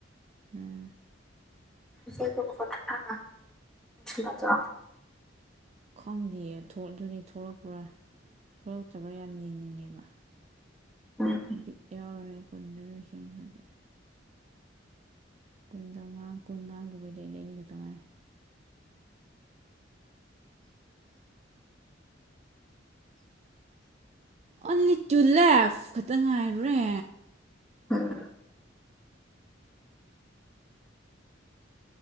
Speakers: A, on the right (about 35°); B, in the centre.
A: ꯎꯝ
B: ꯗꯣꯕꯔꯁ ꯃꯗꯨ
A: ꯈꯪꯗꯦꯌꯦ ꯑꯗꯨꯗꯤ ꯊꯣꯛꯂꯛꯄ꯭ꯔꯥ ꯊꯣꯛꯂꯛꯇꯕ꯭ꯔꯥ ꯌꯥꯝ ꯌꯦꯡꯅꯤꯡꯉꯤꯦ ꯕ
B: ꯎꯝ
A: ꯕꯤꯠ ꯌꯥꯎꯔꯔꯦ ꯀꯨꯟꯗ ꯂꯣꯏꯁꯟꯈ꯭ꯔꯗꯤ ꯀꯨꯟꯗꯒꯥꯡ ꯀꯨꯟ ꯉꯥꯡꯗꯨꯕꯩꯗ ꯑꯅꯤ ꯑꯅꯤꯈꯛꯇ ꯉꯥꯏ ꯑꯣꯟꯂꯤ ꯇꯨ ꯂꯦꯐ ꯈꯛꯇ ꯉꯥꯏꯔꯨꯔꯦ
B: ꯎꯝ